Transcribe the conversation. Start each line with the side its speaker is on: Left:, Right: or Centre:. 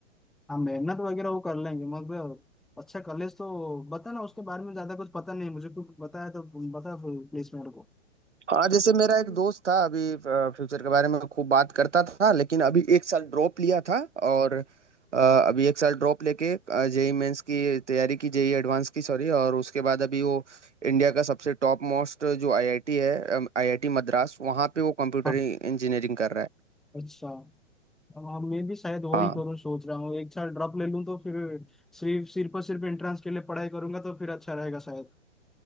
Centre: हाँ मेहनत वगैरह वो कर लेंगे मतलब अच्छा कॉलेज तो बता ना उसके बारे में ज्यादा कुछ पता नहीं मुझे कुछ बताया तो बता प्लीज मेरे
Right: हाँ जैसे मेरा
Centre: को
Right: एक दोस्त था अभी फ्यूचर के बारे में खूब बात करता था लेकिन अभी एक साल ड्रॉप लिया था और अ, अभी एक साल ड्रॉप लेके जेई मेंस की तैयारी की जेई एडवांस की सॉरी और उसके बाद अभी वो इंडिया का सबसे टॉप मोस्ट जो आईआईटी है आईआईटी मद्रास वहाँ पे वो कंप्यूटर
Centre: हाँ
Right: इंजीनियरिंग कर रहा है
Centre: अच्छा हाँ मैं भी शायद वही
Right: हाँ
Centre: करूँ सोच रहा हूँ एक साल ड्रॉप ले लूँ तो फिर सिर्फ सिर्फ और सिर्फ एंट्रेंस के लिए पढ़ाई करूंगा तो फिर अच्छा रहेगा शायद